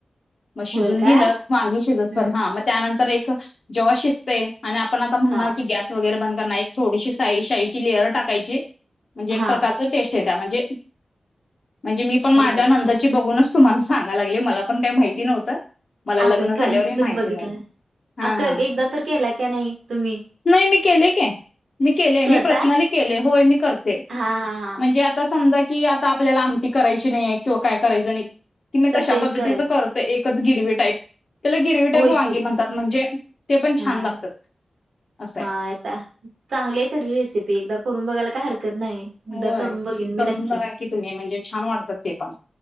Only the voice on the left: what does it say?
मग शिजून
दिलं वांगी शिजत
पण हा मग त्यानंतर एक जेव शिस्त आहे आणि आपण आता म्हणणार
की गॅस वगरे बंद थोडीशी साई शा लेहरं टाकायची म्हणजे एक
प्रकारचं टेस्ट म्हणजे म्हणजे मी पण माझ्या
नंदाची
बघूनच तुम्हाला सांगा लागले मला पण काही माहिती नव्हतं मला लग्न
झाल्यावर हे
माहिती
झाली हा
हा
नाही मी केले का मी केले
मी पर्सनलि केलाय होय मी करतेय
म्हणजे आता समजा कि आता आपल्याला आमटी करायची नाही किंवा काय करायचं नाही की मी
तशा
पद्धतीच
करतो गिरवी टाईप त्याला गिरवी टाईप
वांगी
म्हणतात म्हणजे ते पण
छान लागतात असं
आहे.
होय.
करून
बघा की तुम्ही म्हणजे छान वाटतात ते पण